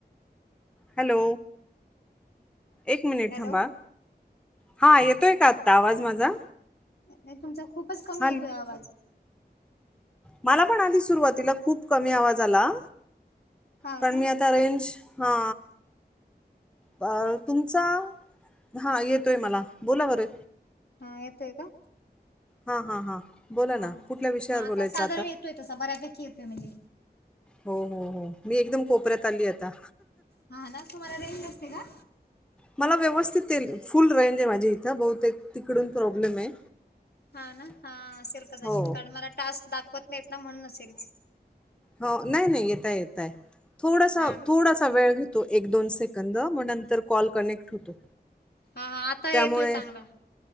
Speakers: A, in the centre; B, on the left.
A: हॅलो एक मिनिट
B: हॅलो
A: थांबा हा येतोय का आत्ता आवाज माझा
B: नाही तुमचा खूपच कमी
A: हा
B: येतोय आवाज
A: मला पण आधी सुरुवातीला खूप कमी आवाज आला.
B: हा
A: पण
B: का
A: मी आता रेंज हा अ तुमचा हा येतोय मला बोला बरं
B: हा येतोय का?
A: हा हा हा बोला
B: हा
A: ना कुठल्या विषयावर
B: हा
A: बोलायचं
B: साधारण
A: आता
B: येतोय तसा बऱ्यापैकी येतोय म्हणजे
A: हो हो हो मी एकदम कोपऱ्यात आली आता
B: हा ना तुम्हाला रेंज नसते का?
A: मला व्यवस्थित येईल फुल रेंज आहे माझी इथं बहुतेक तिकडून प्रॉब्लेम आहे.
B: हा ना हा असेल कदाचित
A: हो
B: कारण मला टास्क दाखवत नाहीत ना म्हणून नसेल.
A: हो नाही नाही येताय येताय थोडासा
B: हा ना
A: थोडासा वेळ घेतो एक दोन सेकंद मग नंतर कॉल कनेक्ट होतो.
B: हा हा आता
A: त्यामुळे
B: येतोय चांगला